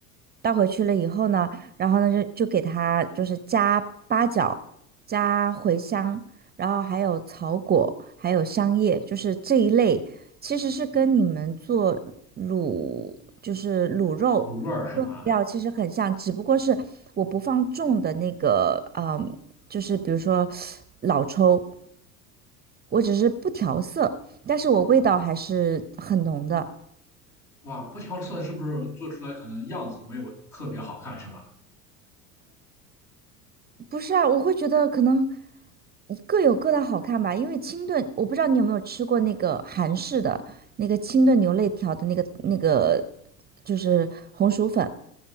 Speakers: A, on the right; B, on the left.
A: 倒回去了以后呢，然后呢就就给它就是加八角、加茴香，然后还有草果，还有香叶，就是这一类，其实是跟你们做卤就是卤肉。
B: 卤味儿是吗？
A: 用料其实很像，只不过是我不放重的那个，嗯，就是比如说老抽，我只是不调色，但是我味道还是很浓的。
B: 哇，不调色是不是做出来可能样子没有特别好看是吧？
A: 不是啊，我会觉得可能各有各的好看吧，因为清炖，我不知道你有没有吃过那个韩式的那个清炖牛肋条的那个那个，就是红薯粉